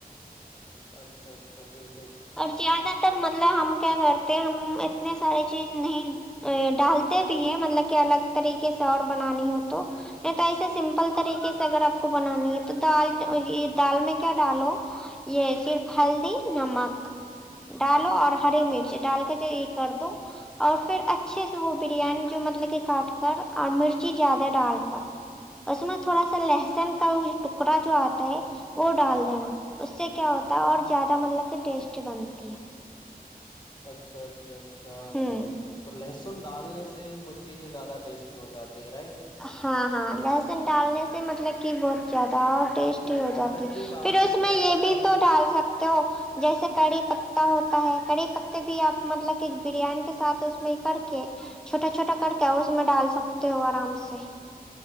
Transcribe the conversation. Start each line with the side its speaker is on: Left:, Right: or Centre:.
Left: اچھا اچھا بالک
Centre: اور زیادہ تر مطلب ہم کیا کرتے ہم اتنے سارے چیز نہیں ڈالتے بھی ہے مطلب کہ الگ طریقے سے اور بنانی ہو تو نہیں تو ایسے سمپل طریقے سے اگر آپ کو بنانی ہے تو دال یہ دال میں کیا ڈالو یہ صرف ہلدی نمک ڈالو اور ہری مرچ ڈال کر جو یہ کر دو اور پھر اچھے سے وہ بریانی جو مطلب کہ کاٹ کر اور مرچی زیادہ ڈال کر اس میں تھوڑا سا لہسن کا ٹکڑا جو آتا ہے وہ ڈال دینا اس سے کیا ہوتا ہے اور زیادہ مطلب کہ ٹیسٹ بنتی ہے
Left: اچھا اچھا اچھا اچھا
Centre: ہے ہوں
Left: تو لہسن ڈالنے سے کچھ چیزیں زیادہ ٹیسٹی ہوات ہے رائٹ
Centre: ہاں ہاں لہسن ڈالنے سے مطلب کہ بہت زیادہ ٹیسٹی
Left: اور
Centre: ہو
Left: ادرک
Centre: جاتی
Left: بھی ڈال
Centre: پھر
Left: سکتے
Centre: اس میں
Left: ہیں ادرک
Centre: یہ بھی
Left: کا
Centre: تو ڈال سکتے ہو جیسے کڑی پتا ہوتا ہے کی پتے بھی آپ مطلب کہ بریانی کے ساتھ اس میں کر کے چھوٹا چھوٹا کر کے اس میں ڈال سکتے ہو آرام سے سےی